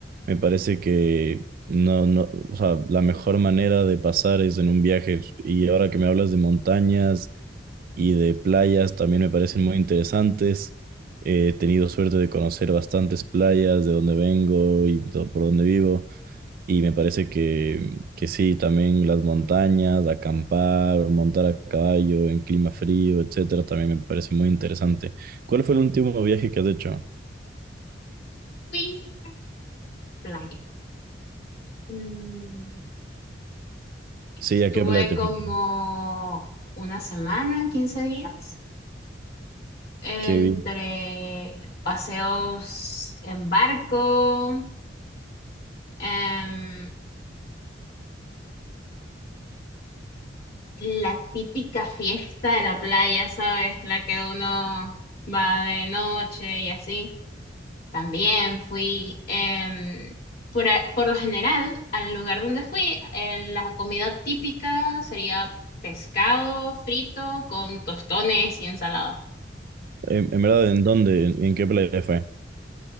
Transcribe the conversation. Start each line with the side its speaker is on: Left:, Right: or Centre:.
Right: Me parece que no, no, o sea, la mejor manera de pasar es en un viaje. Y ahora que me hablas de montañas y de playas, también me parecen muy interesantes. Eh, He tenido suerte de conocer bastantes playas de donde vengo y do- por donde vivo. Y me parece que, que sí, también las montañas, acampar o montar a caballo en clima frío, etcétera, también me parece muy interesante. ¿Cuál fue el último viaje que has hecho?
Left: Fui a la playa. Mm,
Right: Sí,
Left: Estuve
Right: ¿a qué playa te
Left: como
Right: fuiste?
Left: una semana, 15 días, entre
Right: Qué
Left: paseos en barco, em, la típica fiesta de la playa, ¿sabes? La que uno va de noche y así. También fui, em, por, a- por lo general, al lugar donde fui, eh, la comida típica sería pescado frito con tostones y ensalada.
Right: En, en verdad, ¿en dónde? ¿En, en qué playa fue?